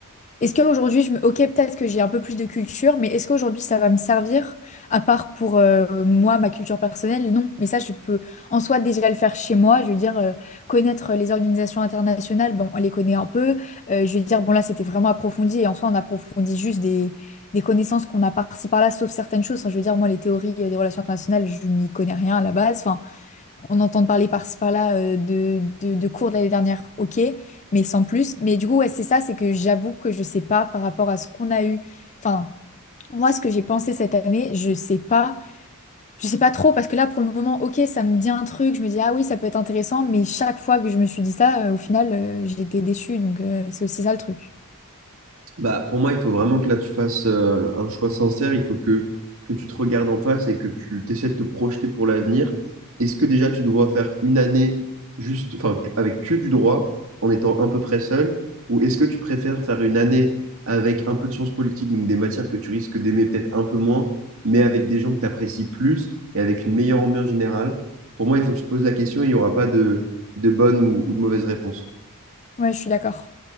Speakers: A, on the left; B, on the right.
A: est-ce qu'aujourd'hui, je me... Ok, peut-être que j'ai un peu plus de culture, mais est-ce qu'aujourd'hui, ça va me servir, à part pour euh, moi, ma culture personnelle? Non, mais ça, je peux en soi déjà le faire chez moi. Je veux dire, euh, connaître les organisations internationales, bon, on les connaît un peu. Euh, je veux dire, bon, là, c'était vraiment approfondi, et en soi, on approfondit juste des, des connaissances qu'on a par-ci par-là, sauf certaines choses. Enfin, je veux dire, moi, les théories euh, des relations internationales, je n'y connais rien à la base. Enfin, on entend parler par-ci par-là euh, de, de, de cours de l'année dernière, ok, mais sans plus. Mais du coup, ouais, c'est ça, c'est que j'avoue que je sais pas par rapport à ce qu'on a eu. Enfin, moi, ce que j'ai pensé cette année, je sais pas. Je sais pas trop, parce que là, pour le moment, ok, ça me dit un truc, je me dis, ah oui, ça peut être intéressant, mais chaque fois que je me suis dit ça, euh, au final, euh, j'ai été déçue, donc euh, c'est aussi ça le truc.
B: Bah, pour moi, il faut vraiment que là tu fasses euh, un choix sincère. Il faut que, que tu te regardes en face et que tu essaies de te projeter pour l'avenir. Est-ce que déjà tu dois faire une année juste, enfin, qu- avec que du droit, en étant à peu près seul, ou est-ce que tu préfères faire une année avec un peu de sciences politiques, donc des matières que tu risques d'aimer peut-être un peu moins, mais avec des gens que tu apprécies plus et avec une meilleure ambiance générale? Pour moi, il faut que tu te poses la question. Il n'y aura pas de, de bonne ou ou de mauvaise réponse.
A: Ouais, je suis d'accord.